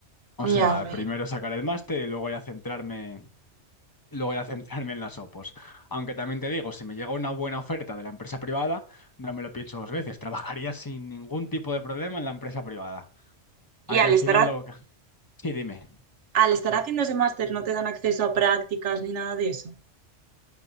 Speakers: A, on the left; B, on the right.
A: O
B: Ya,
A: sea,
B: a ver.
A: primero sacar el máster y luego ya centrarme, luego ya centrarme en las opos. Aunque también te digo, si me llega una buena oferta de la empresa privada, no me lo pienso dos veces, trabajaría sin ningún tipo de problema en la empresa privada. Aquí
B: Y al
A: al
B: estar,
A: final
B: ha-
A: lo... <laughs> Sí, dime.
B: al estar haciendo ese máster, ¿no te dan acceso a prácticas ni nada de eso?